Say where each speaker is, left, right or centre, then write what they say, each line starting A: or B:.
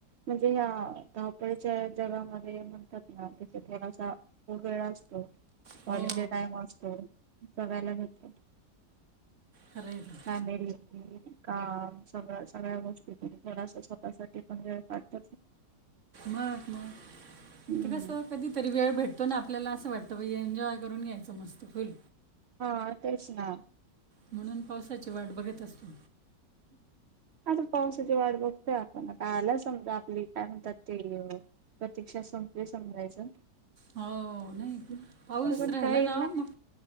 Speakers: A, on the right; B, on the right.
A: <inaudible> जे हा धावपळच्या जगामध्ये म्हणतात ना क तिथेलासा ख वेळा असतो
B: हो
A: कॉलेजेत आहे हॉस्टेल सगळयला भेटात
B: खरं आहे ते.
A: हा बरी हा सगळ सगळ्या गोष्टी थोडसा स्वतःसाठी पण जे काटत
B: मग मग
A: हम्म
B: कस कधीतरी वेळ भेट तो ना आपल्याला असं वाटतं एन्जॉय करून घ्यायचं मस्त फुल
A: हा ते चणा
B: म्हणून पावसाची वाट बघत असतो
A: आता पावसाची वाट बघतोय आपण आता आला समजा आपली काय म्हणतात ते प्रतीक्षा संपली समजायचं
B: हो नाही
A: तर
B: पाऊस
A: पण
B: राहिला
A: काही
B: ना मग